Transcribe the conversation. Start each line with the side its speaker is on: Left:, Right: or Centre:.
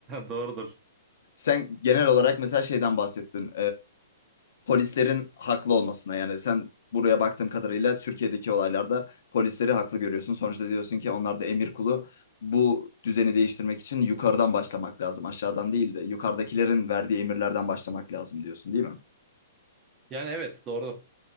Right: doğrudur
Left: Sen genel olarak mesela şeyden bahsettin polislerin haklı olmasına yani sen buraya baktığım kadarıyla Türkiye'deki olaylarda polisleri haklı görüyorsun. Sonuçta diyorsun ki onlar da emir kulu. Bu düzeni değiştirmek için yukarıdan başlamak lazım. Aşağıdan değil de yukarıdakilerin verdiği emirlerden başlamak lazım diyorsun, değil mi?
Right: yani evet doğru